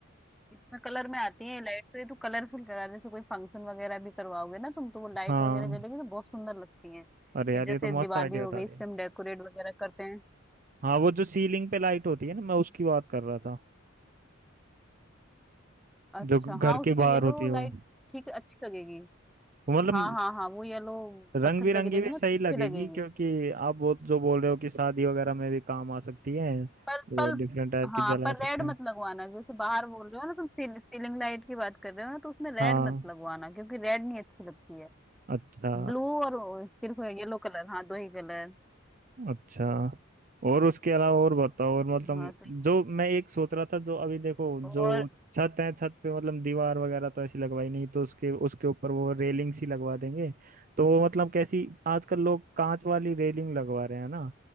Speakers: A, in the centre; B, on the right (about 40°).
A: इसमें कलर में आती है लाइट तो ये तो कलरफुल करा जैसे कोई फंक्शन वगैरह भी करवाओगे ना तुम तो वो लाइट
B: हाँ
A: वगैरह जलेगी तो बहुत सुंदर लगती है
B: अरे यार
A: ये जैसे
B: ये तो मस्त
A: दिवाली
B: आइडिया
A: हो
B: बता
A: गई
B: दिया
A: इसपे हम डेकोरेट वगैरह करते हैं
B: हाँ वो जो सीलिंग पे लाइट होती है ना मैं उसकी बात कर रहा था
A: अच्छा
B: जो घर
A: हाँ उसपे
B: के बाहर
A: येलो
B: होती है वो
A: लाइट ठीक अच्छी लगेगी
B: वो मतलब
A: हाँ हाँ हाँ वो येलो
B: रंग
A: पत्थर
B: बिरंगी
A: पे गिरेगी
B: भी
A: ना
B: सही
A: तो अच्छी
B: लगेगी
A: लगेगी
B: क्योंकि आप वो जो बोल रहे हो कि शादी वगैरह में भी काम आ सकती है
A: पर्पल
B: वो डिफरेंट टाइप की
A: हाँ
B: जला
A: पर
B: सकते
A: रेड
B: हैं
A: मत लगवाना जैसे बाहर बोल रहे हो ना तुम सील, सीलिंग लाइट की बात कर रहे हो ना तो उसमें रेड
B: हाँ
A: मत लगवाना क्योंकि रेड नहीं अच्छी लगती है
B: अच्छा
A: ब्लू और वो सिर्फ येलो कलर हाँ दो ही कलर
B: अच्छा और उसके अलावा और बताओ और मतलब
A: हाँ तो
B: जो मैं एक सोच रहा था जो अभी देखो
A: और
B: जो छत है छत पे मतलब दीवार वगैरह तो ऐसी लगवाई नहीं तो उसके उसके ऊपर वो रेलिंग सी लगवा देंगे तो वो मतलब कैसी आजकल लोग कांच वाली रेलिंग लगवा रहे हैं ना